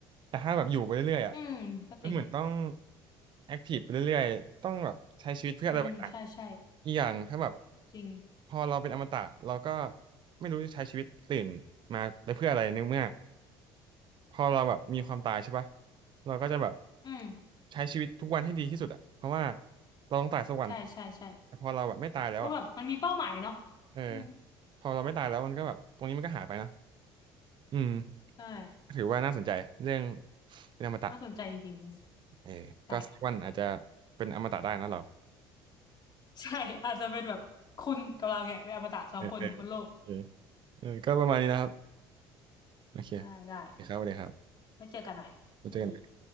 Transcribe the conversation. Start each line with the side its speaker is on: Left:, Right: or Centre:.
Right: แต่ถ้าแบบอยู่ไปเรื่อยๆอ่ะ
Left: อืมก็จริง
Right: มันเหมือนต้องแอคทีฟไปเรื่อยๆต้องแบบใช้ชีวิตเพื่ออะไรบางอย่าง
Left: อืมใช่ใช่
Right: อีกอย่างถ้าแบบ
Left: จริง
Right: พอเราเป็นอมตะเราก็ไม่รู้จะใช้ชีวิตตื่นมาไปเพื่ออะไรในเมื่อพอเราแบบมีความตายใช่ปะเราก็จะแบบ
Left: อืม
Right: ใช้ชีวิตทุกวันให้ดีที่สุดอ่ะเพราะว่าเราต้องตายสักวัน
Left: ใช่ใช่ใช่
Right: แต่พอเราแบบไม่ตายแล้วอ่ะ
Left: เพราะแบบมันมีเป้าหมายเนาะ
Right: เออ
Left: อืม
Right: พอเราไม่ตายแล้วมันก็แบบตรงนี้มันก็หายไปนะอืม
Left: ใช่
Right: ถือว่าน่าสนใจเรื่องเป็นอมตะ
Left: น่าสนใจจริงๆเลย
Right: เออก็สักวันอาจจะ
Left: ใช่
Right: เป็นอมตะได้นะเรา
Left: ใช่ อาจจะเป็นแบบคุณกับเราเนี่ยเป็นอมตะสองคนบนโลก
Right: เออเออเออเออก็ประมาณนี้นะครับโอเคโอเคครับสวัสดีครับ
Left: ได้ได้ไม่เจอกันหน่อยสวัสดี
Right: แล้วเจอกัน